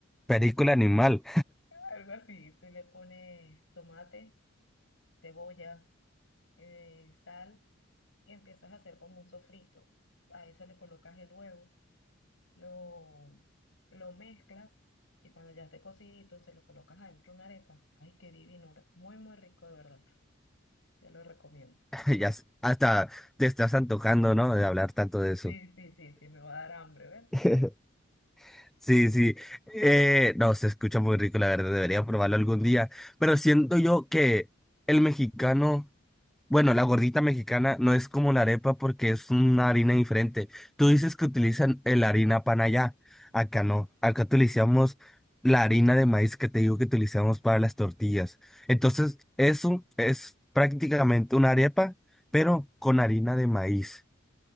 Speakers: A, in the centre; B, on the left (about 70°).
A: Película animal.
B: Algo así, tú le pones tomate, cebolla, eh, sal y empiezas a hacer como un sofrito. A eso le colocas el huevo, lo, lo mezclas y cuando ya esté cocidito se lo colocas adentro de una arepa. Ay, qué divino, muy, muy rico de verdad. Te lo recomiendo.
A: <laughs> Ya s- hasta te estás antojando, ¿no? De hablar tanto de eso.
B: Sí, sí, sí, sí, me va a dar hambre, ¿ves?
A: <laughs> Sí, sí. Eh, no, se escucha muy rico, la verdad. Debería probarlo algún día. Pero siento yo que el mexicano. Bueno, la gordita mexicana no es como la arepa porque es una harina diferente. Tú dices que utilizan la harina pan allá. Acá no. Acá utilizamos la harina de maíz que te digo que utilizamos para las tortillas. Entonces, eso es prácticamente una arepa, pero con harina de maíz.